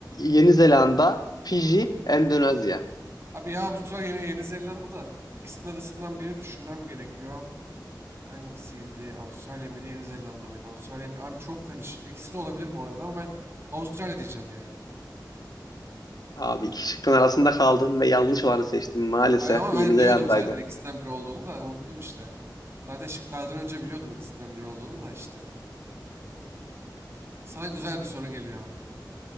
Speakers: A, on the left; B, on the right.
A: Yeni Zelanda, Fiji, Endonezya.
B: Abi ya Avustralya Yeni, Yeni Zelanda da ikisinin arasından biri düşünmem gerekiyor. Hangisiydi? Avustralya mıydı? Yeni Zelanda mıydı? Avustralya mı? Abi çok karışık. İkisi de olabilir bu arada ama ben Avustralya diyeceğim ya.
A: Abi iki şıkkın arasında kaldın ve yanlış olanı seçtin. Maalesef
B: Ay, Ama
A: Yeni
B: ben
A: Zelanda'ydı.
B: biliyordum zaten ikisinden biri olduğunu da unuttum işte. Zaten şıklardan önce biliyordum ikisinden biri olduğunu da işte. Sana güzel bir soru geliyor abi.